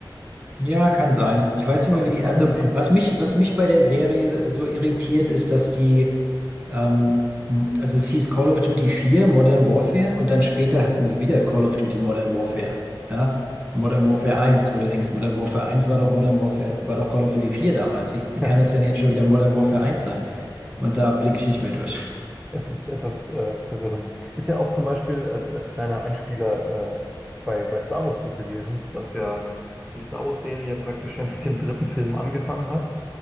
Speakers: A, on the right (about 25°); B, in the centre.
A: Ja, kann sein. Ich
B: ist
A: weiß
B: mir gerade
A: nicht mehr, wie
B: entfallen.
A: die. Also,
B: <laughs>
A: was mich, was mich bei der Serie so irritiert, ist, dass die, ähm, m- also es hieß Call of Duty 4, Modern Warfare, und dann später hatten sie wieder Call of Duty Modern Warfare. Ja? Modern Warfare 1, wo du denkst, Modern Warfare 1 war doch Modern Warfare, war doch Call of Duty 4 damals. Wie, wie
B: Ja,
A: kann das denn jetzt schon wieder Modern Warfare 1 sein? Und da blicke ich nicht mehr durch. <laughs>
B: es ist etwas äh, verwirrend. Ist ja auch zum Beispiel als, als kleiner Einspieler äh, bei, bei Star Wars so gewesen, dass ja die Star Wars-Serie praktisch ja <laughs> mit dem dritten Film angefangen hat